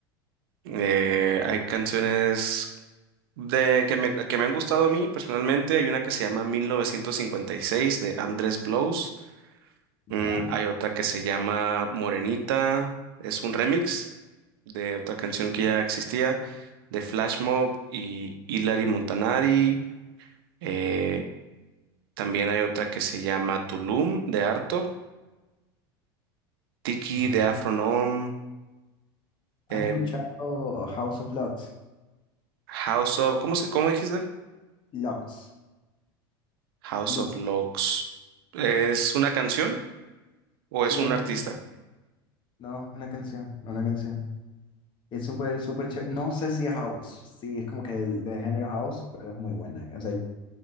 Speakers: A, on the right (about 80°); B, on the left (about 40°).
A: Eh, hay canciones de que me, que me han gustado a mí personalmente. Hay una que se llama 1956 de Andrés Blows.
B: ¿Ya?
A: Mm, hay otra que se llama Morenita, es un remix de otra canción que ya existía, de Flash Mob y Hilary Montanari. Eh, también hay otra que se llama Tulum de Arto, Tiki
B: Ok.
A: de Afronom, eh,
B: ¿Has escuchado House of Lux?
A: House of, ¿cómo se, cómo dijiste?
B: Lux.
A: House
B: Lux.
A: of Locks. ¿Es una canción o
B: Sí,
A: es un
B: es una,
A: artista?
B: no, es una canción, una canción. Es súper, súper chévere. No sé si es house, sí, es como que del, del género house, pero es muy buena. O sea, yo